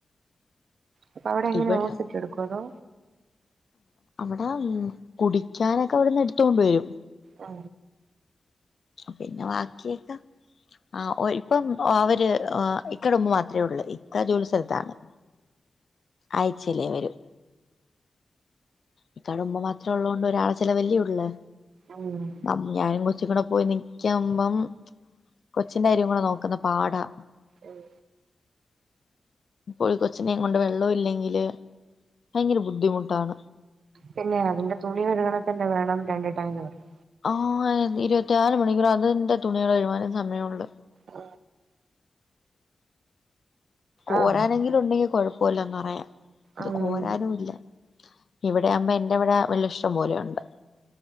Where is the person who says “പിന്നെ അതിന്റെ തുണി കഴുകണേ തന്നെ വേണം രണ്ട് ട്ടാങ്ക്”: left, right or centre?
Right